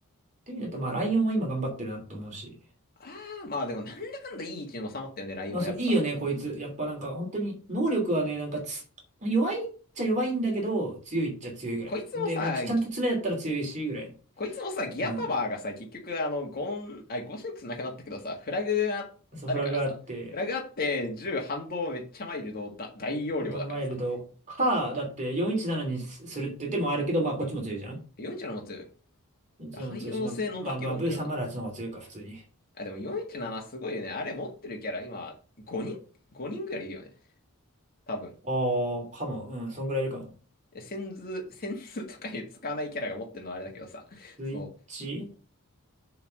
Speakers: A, on the right; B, on the left.
A: ていう意味だと、まあライオンは今頑張ってるなと思うし。
B: ああ、まあでもなんだかんだいい位置に収まったよね、ライオンはやっぱ。
A: まあそう、いいよね、こいつ。やっぱなんか本当に、能力はね、なんかつ、弱いっちゃ弱いんだけど、強いっちゃ強いぐらい。
B: こいつもさ、
A: で、もうちちゃんと詰めだったら強いし、
B: ぎ
A: ぐらい。
B: こいつもさ、ギアパワーがさ、
A: うん。
B: 結局あの、ゴン、あ、ゴシックスなくなったけどさ、フラグがあるからさ、
A: そう、フラグがあって、
B: フラグあって銃反動めっちゃマイルドだ、大容量だからさ、
A: ドマイルドか、だって417にすするって手もあるけど、まあこっちも強いじゃん。
B: 41の持つ、
A: 417も強いし、
B: 汎用性の化け物だよな。
A: まあ、まあ、まあ V308 の方が強いか、普通に。
B: あ、でも417すごいよね。あれ持ってるキャラ今、5人 ?5 人ぐらいいるよね。多分。
A: ああ、かも。うん、そんぐらいいるかも。
B: センズ、センズとかいう使わないキャラが持ってるのはあれだけどさ、
A: スイッチ、
B: そう。